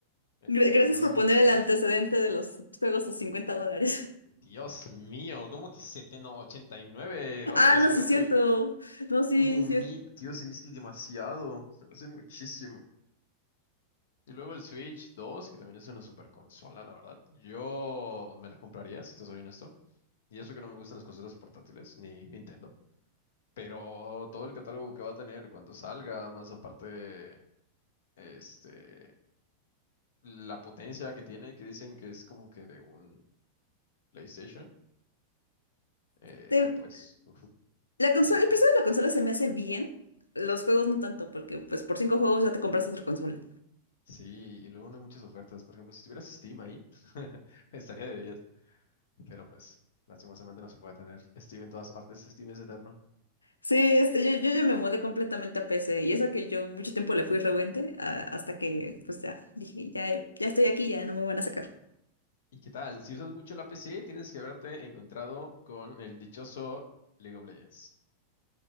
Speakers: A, on the left; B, on the left.
A: El,
B: Gra- Gracias
A: ay, no
B: por
A: sé cómo
B: poner
A: se
B: el
A: llama.
B: antecedente de los juegos a 50 dólares. <laughs>
A: Dios mío, ¿cómo que 70, no, 89 dólares?
B: Ah, no,
A: Creo
B: sí es
A: que
B: cierto.
A: el,
B: No, sí,
A: Como
B: sí.
A: mil, tío, se me hace demasiado, se me hace muchísimo. Y luego el Switch 2, que también es una super consola, la verdad. Yo me la compraría, si te soy honesto. Y eso que no me gustan las consolas portátiles, ni Nintendo. Pero todo el catálogo que va a tener cuando salga, más aparte, este, la potencia que tiene, que dicen que es como que de un PlayStation, eh,
B: Te-
A: pues, uf,
B: la consola,
A: me llama.
B: el precio de la consola se me hace bien. Los juegos no tanto, porque pues por cinco juegos ya te compras otra consola.
A: Sí, y luego no hay muchas ofertas. Por ejemplo, si tuvieras Steam ahí, <laughs> estaría de diez Pero pues, lastimosamente no se puede tener Steam en todas partes, Steam es eterno.
B: Sí, este, yo, yo ya me mudé completamente a PC y eso que yo mucho tiempo le fui rebuente a- hasta que pues ya dije, ya, ya estoy aquí, ya no me van a sacar.
A: ¿Y qué tal? Si usas mucho la PC, tienes que haberte encontrado con el dichoso League of Legends.